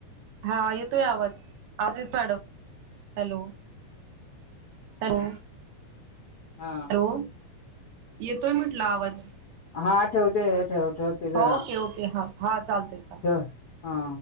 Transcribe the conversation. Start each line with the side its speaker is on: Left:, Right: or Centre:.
Right: हा येतोय आवाज आज येत मॅडम हॅलो हॅलो
Left: हा
Right: हॅलो येतोय म्हटलं आवाज
Left: हा ठेवते हे ठेव ठेवते जरा
Right: ओके ओके हा हा चालतय चालतय
Left: ठेव हा